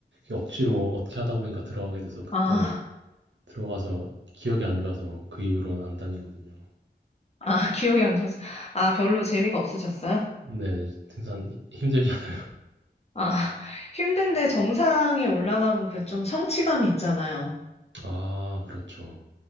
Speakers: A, on the right; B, on the left.
A: 억지로 어떻게 하다 보니까 들어가게 돼서 그때
B: 아,
A: 들어가서 기억이 안 좋아서 그 이후로는 안 다니거든요.
B: 아, 기억이 안 나서. 아, 별로 재미가 없으셨어요?
A: 네, 네, 등산 히- 힘들잖아요.
B: 아, 힘든데 정상에 올라가면 그 좀 성취감이 있잖아요.
A: 아, 그렇죠.